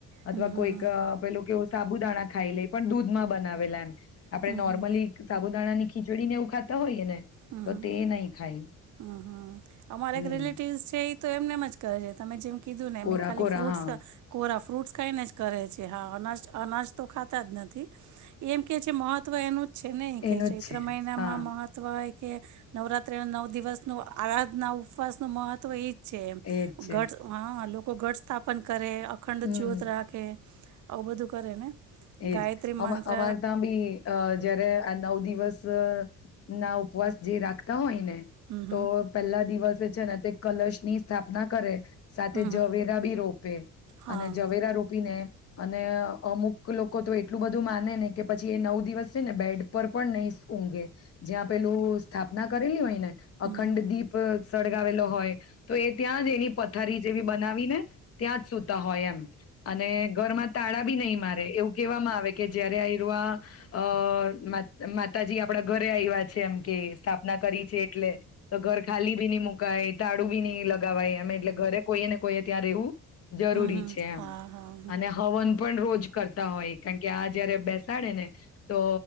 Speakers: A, on the left (about 45°); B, on the right (about 65°).
A: અથવા
B: હમ હમ
A: કોઈક
B: હમ
A: પેલું કેવું સાબુદાણા ખાઈ લઈ પણ દૂધમાં બનાવેલા એમ આપણે
B: હમ
A: નોર્મલી
B: હમ
A: સાબુદાણાની ખી જોડીને એવું ખાતા હોઈએ ને
B: હમ
A: તો
B: હમ
A: તે નહી ખાય
B: હમ હમ અમારે
A: હમ
B: એક રિલેટિવ છે તો એમનેમ જ કરે છે તમે જેમ કીધું ને
A: કોરા
B: મેં ખાલી
A: કોરા
B: ફ્રૂટ્સ
A: હા
B: કોરા ફ્રૂટ્સ ખાઈને જ કરે છે. હા અનાજ અનાજ તો ખા <unintelligible> જ નથી એમ કે છે મહવ તો એનું છે નહી કે
A: એનું
B: ચૈત્ર્ર
A: જ છે
B: મહિનામાં
A: હા
B: મહત્વ કે નવરાત્ર્રી ના નવ દિવસ નુ આરાધના ઉપવાસ નું મહત્વ એ છે.
A: એજ
B: એમ
A: છે
B: ઘટ હ કો ઘઢ સ્થાપન કરે. અખંડ
A: હમ
B: જ્યોત રાખે. આવું બધું કરે ને.
A: એજ
B: ગાયત્રી
A: અમ
B: મંત્ર
A: અમ અમાર ત્યાં બી અ જયારે આ નવ દિવસ. દિવસ ના ઉપવાસ જે રાખતા હોય ને.
B: હમ
A: તો
B: હમ
A: પહેલા દિવસ. છે ને તે કલશ ની સ્થાપના કરે. સાથે
B: હમ
A: જઝવેરા
B: હમ
A: બી રોપે
B: હા
A: અને જઝવેરા રોપીને. અને અમુક. લોકો તો એટલું બધું માને ને કે પછી એ નવ દિવસ છે ને બેડ પર પણ નહી સુ ઊંઘે. જ્યાં પેલું સ્થાપ. ના કરેલી હોય ને. અખંડદીપ
B: હમ
A: સળગાવેલો હોય તો એ ત્યાં જ એની પથારી જેવી બનાવી ને. ત્યાં જ સુતા હોય એમ અને. ઘર માં તાડા બી નહીં મારે. એવું કહેવામાં આવે કે જયારે અ મ માતાજી આપડા ઘરે આયવા એમ કે સ્થાપના કરી છે એટલે તો ઘર ખાલી બી નહી મુકાય. દાડું બ નહીં લગ. ગાવાય અમે એટલે ઘરે કોઈ ને કોઈ. ત્યારે એવું. જરૂરી
B: હમ
A: છે એમ
B: હા હા
A: અને હવન પણ રોજ. કરતા હોય. કારણ કે આ જયારે બેસાડે ને તો